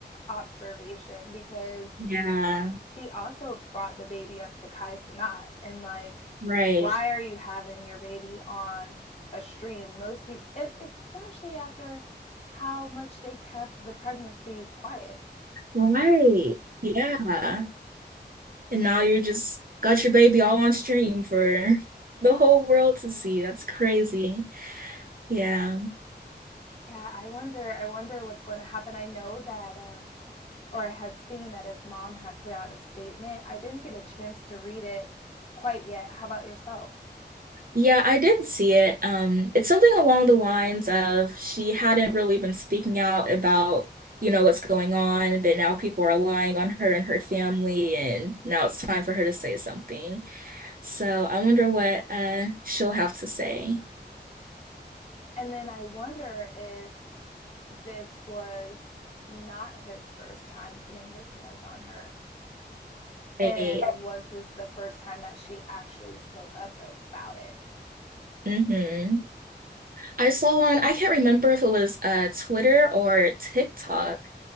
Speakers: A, on the left; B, on the right.
A: observation because
B: Yeah.
A: he also brought the baby up to Kai Sanat and like,
B: Right.
A: why are you having your baby on a stream? Most people, especially after how much they kept the pregnancy quiet.
B: Right. Yeah. And now you're just got your baby all on stream for the whole world to see. That's crazy. Yeah.
A: Yeah, I wonder. I wonder what's going to happen. I know that, um, or I had seen that his mom had put out a statement. I didn't get a chance to read it quite yet. How about yourself?
B: Yeah, I did see it. Um, it's something along the lines of she hadn't really been speaking out about, you know, what's going on, but now people are relying on her and her family, and now it's time for her to say something. So I wonder what uh she'll have to say.
A: And then I wonder if this was not his first time putting his hands on her.
B: Right.
A: And was this the first time that she actually spoke up about it?
B: hmm I saw one, I can't remember if it was uh Twitter or TikTok